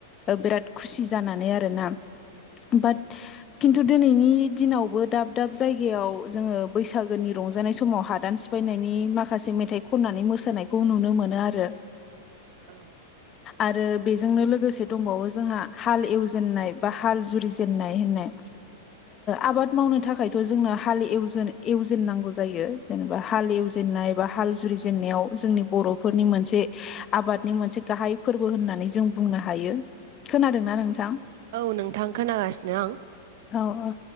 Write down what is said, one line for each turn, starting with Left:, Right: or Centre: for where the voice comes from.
Left: बिराद खुसि जानानै आरोना बाद
Right: औ
Left: कि खिन्थु दिनैनि दिनावबो दाब दाब जायगायाव जोङो बैसागोनि रंजानाय समाव हादान सिफायनाय नि माखासे मेथाइ खननानै मोसानायखौ नुनो मोनो आरो।
Right: औ
Left: आरो बेजोंनो लोगोसे दंबावो जोंहा हाल एवजेननाय बा हाल जुरि जेननाय होननाय आबाद मावनो थाखायथ' जों हाल नांगौ जायो जेनेबा हाल एवजेननाय बा हाल जुरिजेनन्नायाव जोंनि बर'फोरनि मोनसे आबादनि मोनसे गाहाय फोरबो होननानै जों बुंनो हायो खोनादोंना नोंथां
Right: औ नोंथां खोनागासिनो आं
Left: औ-औ